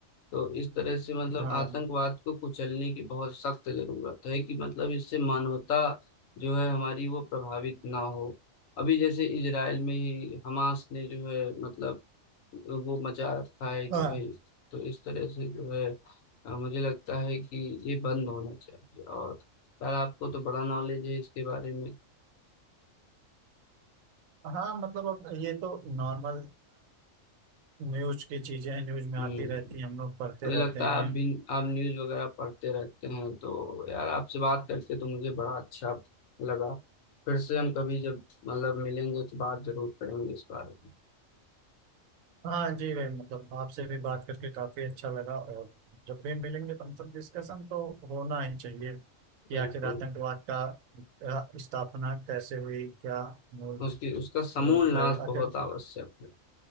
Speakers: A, on the left; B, on the right.
A: तो इस तरह से मतलब
B: हाँ
A: आतंकवाद को कुचलने की बहुत सख्त जरूरत है कि मतलब इससे मानवता जो है हमारी वो प्रभावित ना हो अभी जैसे इजराइल में ही हमास ने जो है मतलब वो मचा रखा है कि
B: हाँ
A: भाई तो इस तरह से जो है अ, मुझे लगता है कि ये बंद होना चाहिए और यार आपको तो बड़ा नॉलेज है इसके बारे में
B: हाँ मतलब अब ये तो नॉर्मल न्यूज की चीजें हैं न्यूज में
A: हम्म
B: आती रहती हैं हम लोग पढ़ते
A: मुझे लगता
B: रहते
A: है आप
B: हैं
A: भी आप न्यूज़ वगैरह पढ़ते रहते हैं तो यार आपसे बात करके तो मुझे बड़ा अच्छा लगा फिर से हम कभी जब मतलब मिलेंगे तो बात जरूर करेंगे इस बारे में
B: हाँ जी भाई मतलब आपसे भी बात करके काफी अच्छा लगा और जब भी मिलेंगे तो मतलब डिस्कशन तो होना ही चाहिए कि
A: बिल्कुल
B: आखिर आतंकवाद का अ, स्थापना कैसे हुई क्या मूल
A: उसकी उसका समूल
B: रूप है
A: नाश
B: आखिर
A: बहुत आवश्यक है